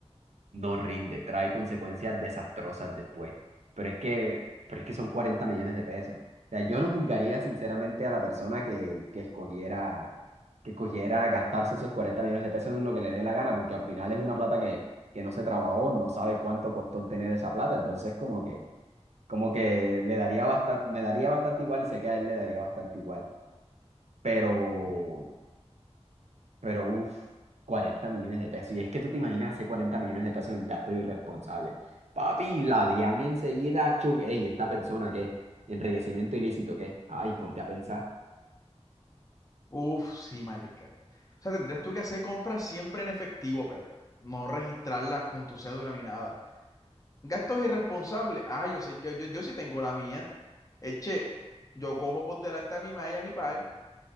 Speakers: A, on the right; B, on the left.
A: no rinde, trae consecuencias desastrosas después. Pero es que, pero es que son 40 millones de pesos. O sea, yo no juzgaría sinceramente a la persona que, que escogiera, que escogiera gastarse esos 40 millones de pesos en lo que le dé la gana, porque al final es una plata que, que no se trabajó, no sabe cuánto costó tener esa plata. Entonces, como que, como que le daría bastante, me daría bastante igual y sé que a él le daría bastante igual. Pero, pero uff, 40 millones de pesos. Y es que tú te imaginas hacer 40 millones de pesos en gasto irresponsable. Papi, la DIAN enseguida, chuc, ey, esta persona qué, enriquecimiento ilícito qué. Ay, ponte a pensar.
B: Uf, sí, marica. O sea, tendrías tú que hacer compras siempre en efectivo, perro. No registrarlas con tu cédula ni nada. Gastos irresponsables. Ah, yo sé, yo, yo, yo sí tengo la mía. Eche, yo cojo por delante a mi ma y a mi pa.